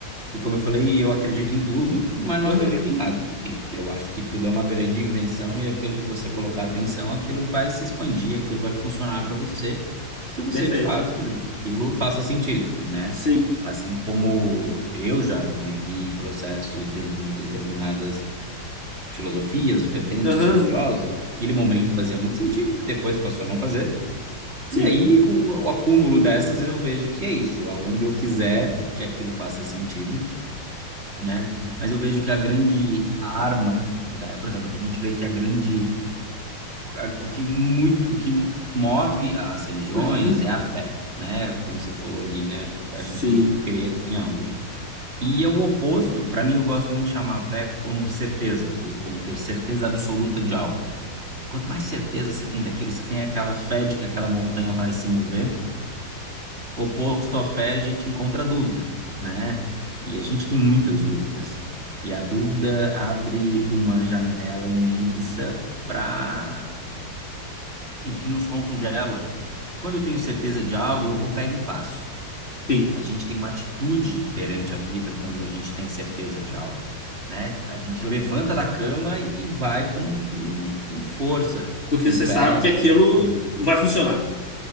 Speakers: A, on the right; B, on the left.
A: que como eu falei, eu acredito em tudo, mas não
B: Aham.
A: acredito em nada, também, porque eu acho que tudo é uma grande invenção e aquilo que você colocar atenção, aquilo vai se expandir, aquilo vai funcionar para você, se você
B: Perfeito.
A: de fato quiser que aquilo faça sentido, né?
B: Sim.
A: Assim como eu já vivi processos dentro de determinadas filosofias, vertentes
B: Aham.
A: religiosas, aquele momento fazia muito sentido, depois passou a não fazer.
B: Sim.
A: E aí, com o acúmulo dessas, eu vejo que é isso. Aonde eu quiser que aquilo faça sentido, né? Mas eu vejo que a grande arma, da, por exemplo, a gente vê que a grande, a- o que muito, o que move as religiões
B: Aham.
A: é a fé, né? Como você falou ali, né?
B: Sim.
A: A gente tem que crer em algo. E é o oposto, para mim, eu gosto muito de chamar a fé como certeza, ou como ter certeza absoluta de algo. Quanto mais certeza você tem daquilo, você tem aquela fé de que aquela montanha vai se mover oposto à fé, a gente encontra a dúvida, né? E a gente tem muitas dúvidas. E a dúvida abre uma janela imensa para que nos congela. Porque quando eu tenho certeza de algo, eu vou pego e faço.
B: Sim.
A: A gente tem uma atitude perante a vida quando a gente tem certeza de algo, né? A gente levanta da cama e vai com, com, com força,
B: Porque
A: com
B: você
A: fé,
B: sabe que aquilo
A: com
B: vai funcionar.